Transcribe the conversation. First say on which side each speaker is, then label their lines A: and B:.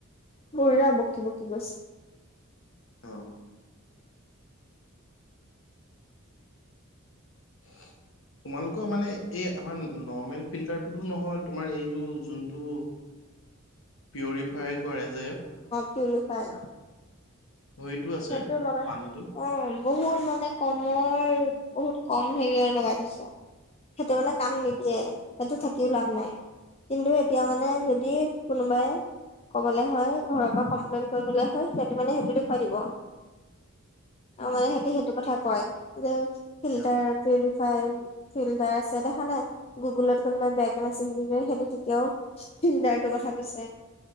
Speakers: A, on the left; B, on the left.
A: বঢ়িয়া বকি বকি গৈছে।
B: অ'। <inaudible> তোমালোকৰ মানে এই আমাৰ নৰ্মেল ফিল্টাৰটোতো নহয় তোমাৰ এইটো যোনটো। পিউৰিফাই কৰে যে
A: ঠিক খাই
B: হেৰিটো আছে
A: সেইটো লগা
B: পানীটো
A: অ বহুত মানে কমৰ বহুত কম হেৰিয়ৰ লগাই থৈছো সেইটো
B: অ',
A: মানে কাম নিদিয়ে তাতো থাকিও লাভ
B: অ',
A: নাই কিন্তু এতিয়া মানে যদি কোনোবাই কবলৈ হয় ঘৰৰ পৰা কমপ্লেইন কৰিবলৈ হয় সিহঁতে মানে সেইটো দেখুৱাই দিব আৰু
B: উম,
A: মানে সিহঁতে সেইটো কথা কয় যে ফিল্টাৰ
B: অ',
A: হয় ফিল্টাৰ আছে দেখা নাই গুগলত কোনোবাই বেয়াকে মেছেজ দি সেইটো তেতিয়াও ফিল্ডাৰটোৰ কথা কৈছে